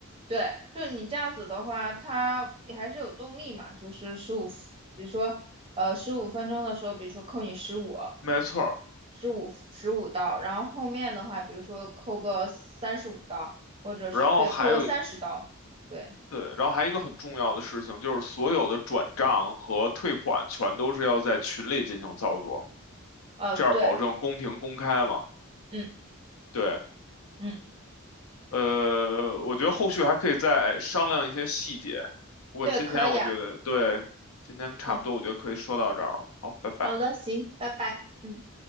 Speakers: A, on the right; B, on the left.
A: 对，就你这样子的话，它也还是有动力嘛，就是十五，比如说，呃，十五分钟的时候，比如说扣你十五，
B: 没错儿。
A: 十五十五刀，然后后面的话，比如说扣个三十五刀，或者是对，
B: 然后还有一
A: 扣个三十刀，对，
B: 对，然后还有一个很重要的事情就是，所有的转账和退款全都是要在群里进行操作，
A: 呃，
B: 这样保证公平公开嘛？
A: 对，嗯
B: 对，
A: 嗯，
B: 呃，我觉得后续还可以再商量一些细节。我今天我觉得，
A: 对，可以啊，
B: 对，今天差不多，
A: 嗯，
B: 我觉得可以说到这儿了。好，拜拜。
A: 好的，行，拜拜。嗯。